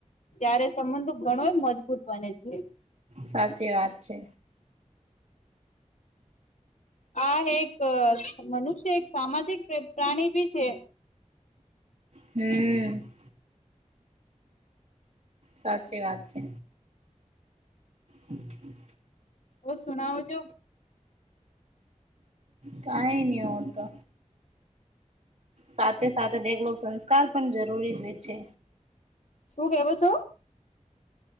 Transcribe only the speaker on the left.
ત્યારે સંબંધો ઘણોએ મજબૂત બને છે.
આ એક મનુષ્ય એક સામાજિક પ્રાણી ભી છે.
સુનાવો છો
શું કેવો છો?